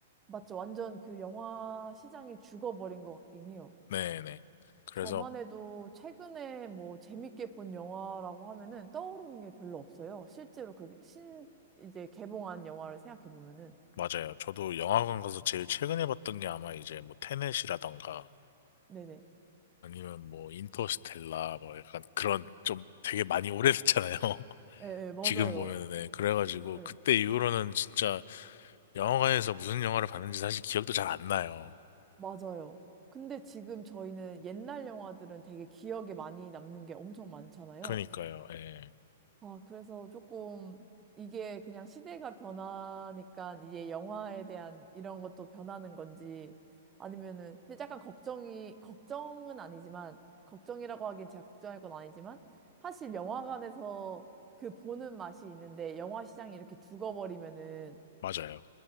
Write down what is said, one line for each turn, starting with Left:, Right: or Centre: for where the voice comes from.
Right: 맞죠? 완전 그 영화 시장이 죽어버린 것 같긴 해요.
Left: 네네. 그래서
Right: 저만 해도 최근에 뭐 재밌게 본 영화라고 하면은 떠오르는 게 별로 없어요. 실제로 그 신, 이제 개봉한 영화를 생각해 보면은.
Left: 맞아요. 저도 영화관 가서 제일 최근에 봤던 게 아마 이제 뭐 테넷이라던가
Right: 네네.
Left: 아니면 뭐 인터스텔라 뭐 약간 그런 좀 되게 많이 오래됐잖아요. <laughs>
Right: 예, 예, 맞아요.
Left: 지금 보면은 네, 그래가지고
Right: 예,
Left: 그때 이후로는 진짜 영화관에서 무슨 영화를 봤는지 사실 기억도 잘 안 나요.
Right: 맞아요. 근데 지금 저희는 옛날 영화들은 되게 기억에 많이 남는 게 엄청 많잖아요.
Left: 그러니까요. 예.
Right: 아, 그래서 조금 이게 그냥 시대가 변하니까 이제 영화에 대한 이런 것도 변하는 건지 아니면은 근데 약간 걱정이 걱정은 아니지만 걱정이라고 하긴 제가 걱정할 건 아니지만 사실 영화관에서 그 보는 맛이 있는데 영화 시장이 이렇게 죽어버리면은
Left: 맞아요.